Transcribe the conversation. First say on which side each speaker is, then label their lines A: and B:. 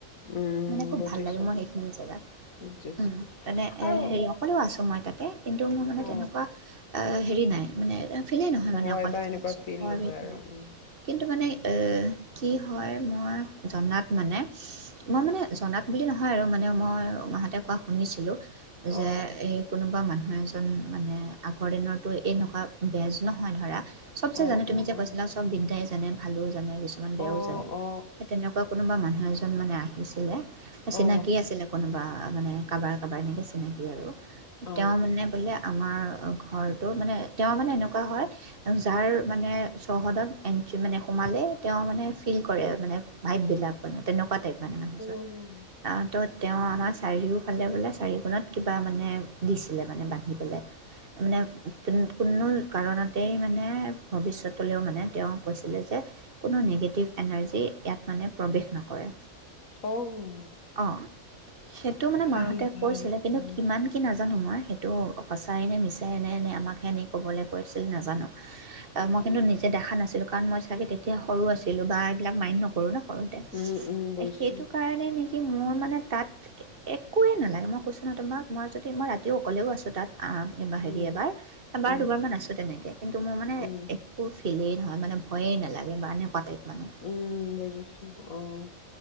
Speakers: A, on the left (about 65°); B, on the right (about 40°).
A: উম
B: মানে খুব
A: বুজিছো
B: ভাল লাগে মই সেইখিনি জেগা
A: বুজিছো
B: উম মানে
A: আৰু
B: এ হেৰি অকলেও আছো মই তাত তে কিন্ত মোৰ মানে
A: অ
B: তেনেুৱা অ হেৰি নাই মানে তেওঁ ফিলেই নহয়
A: ভয়
B: মানে অকলে
A: বা
B: যাই
A: এনেকুৱা
B: আছোঁ
A: ফিল
B: ঘৰৰ
A: নহয়
B: বিধ
A: আৰু
B: নাই
A: উম
B: কিন্তু মানে কি হয় মই জনাত মানে মই মানে জনাত বুলি নহয় আৰু মানে মই মাহঁতে কোৱা শুনিছিলোঁ। যে
A: অ
B: এই কোনোবা মানুহ হয় মানে আগৰ দিনৰতো এনেকুৱা বেজ নহয় ধৰা চব চে
A: অ
B: জানে তুমি
A: অ
B: যে
A: অ
B: কৈছিলা বিদ্যাই <unintelligible> কিছুমান বেয়াও
A: অ
B: যায়,
A: অ অ
B: এ তেনেকুৱা কোনোবা মানুহ এজন এজন মানে আহিছিলে। চিনাকি
A: অ
B: আছিলে কোনোবা। মানে কাৰোবাৰ কাৰোবাৰ এনেকৈ চিনাকি আৰু।
A: অ অ অ
B: তেওঁ মানে বোলে আমাৰ ঘৰটো মানে, তেওঁ মানে এনেকুৱা হয় যাৰ মানে চৌহদত এণ্ট্ৰি মানে সোমালে তেওঁ মানে ফিল কৰে মানে ভাইভবিলাক। মানে তেনেকুৱা টাইপ মানে মানুহজন
A: উম
B: তো' তেওঁ আমাৰ চাৰিও ফালে বোলে চাৰিওকোণত কিবা মানে দিছিলে মানে বান্ধি। পেলাই। মানে কোনো কাৰণত। গোটেই মানে ভৱিষ্যতলৈও মানে তেওঁ কৈছিলে যে কোনো নিগেটিভ এনাৰ্জি ইয়াত মানে প্ৰৱেশ নকৰে।
A: অ উম
B: অ' সেইটো মানে মাহঁতে
A: ভাল ভাল
B: কৈছিলে কিন্তু
A: অ
B: কিমান কি নাজানো। জানো মই সেইটো সচাইনে মিছাই। এনে এনে আমাক সেনে ক'বলে কৰিছিল নাজানো। অ' মই কিন্তু নিজে দেখা নাছিলো। কাৰণ, মই চাগে তেতিয়া সৰু আছিলো। বা এইবিলাক মাইন নকৰো ন সৰুতে
A: উম উম বুজিছো
B: এ সেইটো কাৰণে নেকি। কি মোৰ মানে তাত একোৱেই নালাগে মই কৈছো নহ তোমাক মই যদি মই ৰাতিও অকলেও আছোঁ তাত। আ' এইবাৰ হেৰি
A: উম
B: এবাৰ এবাৰ
A: উম
B: দুবাৰ মান আছো তেনেকে কিন্তু মোৰ মানে
A: উম
B: একো ফিলে নহয় মানে ভয়ে নালাগে বা এনেকুৱা টাইপ। মানে
A: উম, বুজিছো অ'